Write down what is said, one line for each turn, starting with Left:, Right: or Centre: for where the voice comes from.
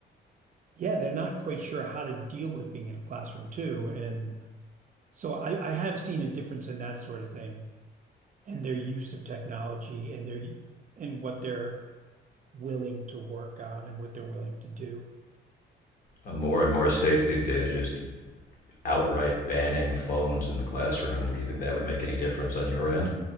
Right: yeah, they're not quite sure how to deal with being in a classroom too. And so I, I have seen a difference in that sort of thing and their use of technology and their and what they're willing to work on and what they're willing to do.
Left: More and more states these days are just outright banning phones in the classroom. Would you think that would make any difference on your end?